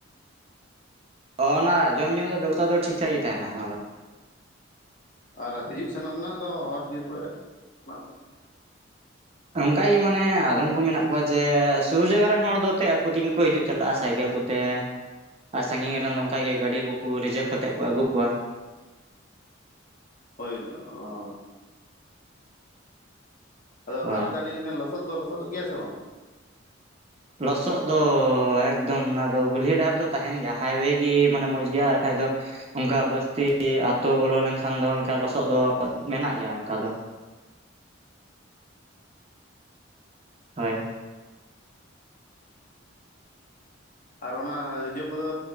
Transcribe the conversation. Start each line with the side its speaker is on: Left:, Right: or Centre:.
Right: ᱚ ᱚᱱᱟ ᱡᱚᱢᱼ ᱧᱩ ᱫᱚ ᱵᱮᱵᱚᱥᱛᱷᱟ ᱫᱚ ᱴᱷᱤᱠᱴᱷᱟᱠ ᱜᱮ ᱛᱟᱦᱮᱱᱟ ᱟᱫᱚ᱾
Left: ᱟᱨ ᱦᱤᱡᱩᱜ- ᱥᱮᱱᱚᱜ ᱨᱮᱱᱟᱜ ᱫᱚ ᱦᱚᱨ ᱵᱤᱨᱤ ᱠᱚᱨᱮ ᱫᱚᱼᱼᱼ
Right: ᱚᱱᱠᱟᱜᱮ ᱢᱟᱱᱮ ᱟᱫᱚᱢ ᱠᱚ ᱢᱮᱱᱟᱜ ᱠᱚᱣᱟ ᱡᱮ ᱥᱩᱨ ᱡᱟᱭᱜᱟ ᱨᱮᱱ ᱦᱚᱲ ᱫᱚ ᱛᱮ ᱟᱠᱚ ᱛᱮᱜᱮ ᱠᱚ ᱦᱤᱡᱩᱜ ᱪᱟᱞᱟᱜᱼᱟ ᱥᱟᱭᱠᱮᱞ ᱠᱚ᱾ ᱛᱮ ᱟᱨ ᱥᱟᱺᱜᱤᱧ ᱨᱮᱱ ᱫᱚ ᱚᱝᱠᱟ ᱜᱮ ᱜᱟᱹᱰᱤ ᱠᱚ-ᱠᱚ ᱨᱤᱡᱟᱵᱽ ᱠᱟᱛᱮᱫ ᱠᱚ ᱟᱹᱜᱩ ᱠᱚᱣᱟ᱾
Left: ᱦᱳᱭ <unintelligible> ᱟᱫᱚ
Right: ᱦᱳᱭ
Left: ᱫᱟᱜ ᱡᱟᱲᱤ ᱞᱮᱱᱠᱷᱟᱱ ᱞᱚᱥᱚᱫ ᱫᱚ, ᱞᱚᱥᱚᱫ ᱫᱚ ᱜᱮᱭᱟ ᱥᱮ ᱵᱟᱝ?
Right: ᱞᱚᱥᱚᱫ ᱫᱚ ᱮᱠᱫᱚᱢ ᱚᱱᱟ ᱫᱚ ᱜᱩᱞᱭᱟᱹ ᱰᱟᱦᱟᱨ ᱫᱚ ᱛᱟᱦᱮᱱ ᱜᱮᱭᱟ ᱦᱟᱭᱣᱮ ᱜᱮ ᱢᱟᱱᱮ ᱢᱚᱸᱡᱽ ᱜᱮᱭᱟ ᱟᱨ ᱵᱟᱠᱟᱱᱡ ᱫᱚᱼᱼᱼ ᱚᱱᱠᱟ ᱵᱟᱹᱥ ᱛᱮ ᱟᱹᱛᱳ ᱵᱚᱞᱚ ᱞᱮᱱᱠᱷᱟᱱ ᱫᱚ ᱚᱱᱠᱟ ᱞᱚᱥᱚᱫ ᱫᱚ ᱢᱮᱱᱟᱜ ᱜᱮᱭᱟ ᱚᱱᱠᱟ ᱫᱚ ᱾ ᱦᱳᱭ
Left: ᱟᱨ ᱚᱱᱟ ᱤᱡᱟᱹ ᱠᱚᱫᱚ